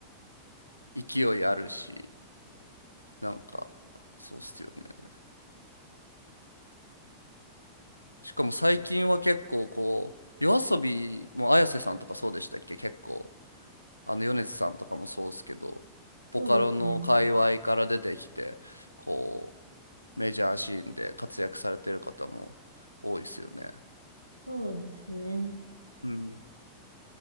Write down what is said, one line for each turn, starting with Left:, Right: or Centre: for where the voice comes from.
Left: 勢いあるし、なんか、そうっすよね。しかも最近は結構こう、夜遊びも綾瀬さんとかそうでしたっけ結構、あの米津さんとかもそうですけど、
Right: そうですね。
Left: ボカロの界隈から出てきて、こう、メジャーシーンで活躍されてる方も多いですよね。
Right: そうですね。
Left: うん。